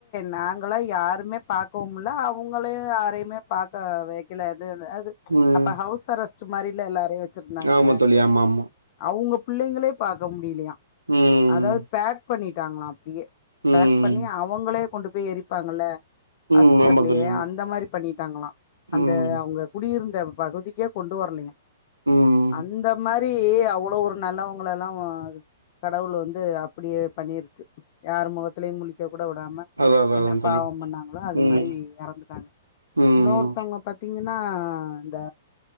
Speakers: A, on the left; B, on the right.
A: நாங் ளம் யாருமே பாக்கவும்ல்ல அவங்கள யாரையுமே பாக்க வைக்கல அ அது
B: ம்
A: அப்ப ஹவுஸ் அரெஸ்ட் சுமாரிலல்ல எல்லாரையு வச்சிருந்தாங்க
B: ஆமா தோழி ஆமா ஆமா
A: அவுங்க பிள்ளைங்களே பாக்க முடியலையா
B: ம்
A: அதாவது பேக் பண்ணிட்டாங்களா அப்டியே
B: ம்
A: பேக் பண்ணி அவுங்களே கொண்டு போ போய் எரிப்பாங்கல்ல
B: ம்
A: ஆஸ்பத்திரிலயே
B: ஆமா தோழி ஆமா
A: அந்த மாரி பண்ணிட்டாங்களா அந்த
B: ம்
A: அவுங்க குடியிருந் பகுதிக்கே கொண்டு வரலிங்க
B: ம்
A: அந்த மாரி மாரி அவ்வளவு ஒரு நல்லவங்கள எல்லா கடவுள் வந்து அப்புடியே பண்ணிருச்சு யார் முகத்துலயு முளிக்க கூட விடாம
B: அதா அதா
A: என்ன
B: அதா தோழி
A: பாவம் பண்ணாங்களோ அது
B: ம்
A: மாரி எறந்துட்டாங்க
B: ம்
A: இன்னொருத்தவங்க பாத்தீங்கனா ன்ன இந்த